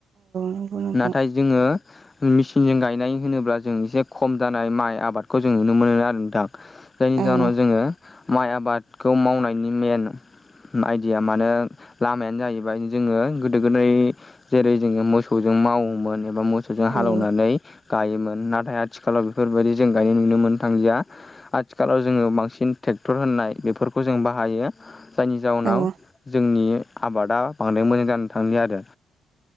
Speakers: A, on the right; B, on the left.
A: नंगौ नोंथां
B: नाथाय जोङो मेचिनजों गायनाय होनोब्ला जों एसे खम जानाय माइ आबादखौ जों नुनो मोनो आरो दा जायनि
A: औ
B: जाहोनाव
A: औ
B: जोङो माइ आबादखौ मावनायनि मेन आइदिया मानो लामायानो जाहैबाय जोङो गोदो गोदाय जेरै जोङो मोसौजों मावोमोन एबा मोसौजों
A: औ
B: हालौनानै गायोमोन नाथाय आथिखालाव बेफोरबायदि जों गायनाय नुनो मोन थांजिया आथिखालाव जोङो बांसिन ट्रेक्टर होननाय बेफोरखौ जों बाहायो जायनि जाउनाव
A: औ
B: जोंनि आबादा बांद्राय मोजां जानो थांलि आरो